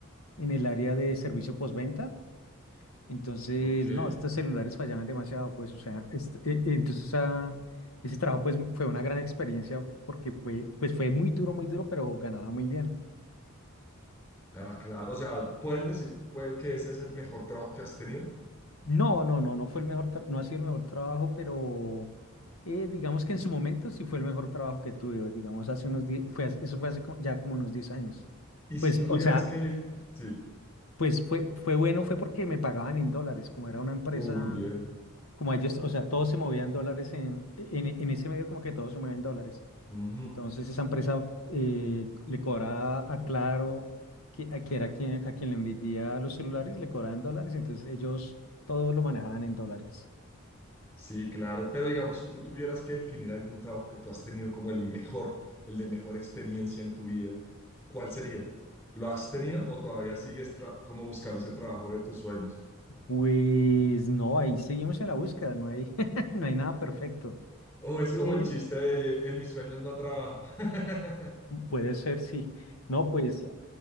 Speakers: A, on the left; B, on the left.
A: en el área de servicio postventa. Entonces,
B: Ok.
A: no, estos celulares fallaban demasiado, pues, o sea, este- e- e- entonces ah, ese trabajo pues fue una gran experiencia porque fue, pues fue muy duro, muy duro, pero ganaba muy bien.
B: Ah, claro, o sea, puedes decir puede que ese es el mejor trabajo que has tenido.
A: No, no, no, no fue el mejor, tra- no ha sido el mejor trabajo, pero eh, digamos que en su momento sí fue el mejor trabajo que tuve, digamos, hace unos 10, fue, hace- eso fue hace como- ya como unos 10 años.
B: Y si
A: Pues,
B: tú tuvieras
A: o sea,
B: que, sí,
A: pues fue, fue bueno, fue porque me pagaban en dólares, como era una empresa,
B: uy, bien.
A: como ellos, o sea, todos se movían dólares en, en, en ese medio como que todos se mueven dólares.
B: Ujú.
A: Entonces esa empresa eh, le cobraba a Claro, que, a, que era quien, a quien le vendía los celulares, le cobraban dólares, entonces ellos todo lo manejaban en dólares.
B: Sí, claro, pero digamos, si tú tuvieras que definir algún trabajo que tú has tenido como el mejor, el de mejor experiencia en tu vida, ¿cuál sería? ¿Lo has tenido o todavía sigues tra- como buscando ese trabajo de tus sueños?
A: Pues no, ahí seguimos en la búsqueda, no hay, <laughs> no hay nada perfecto.
B: O es
A: Eh,
B: como el chiste de en mis sueños no trabajo. <laughs>
A: puede ser, sí. No, pues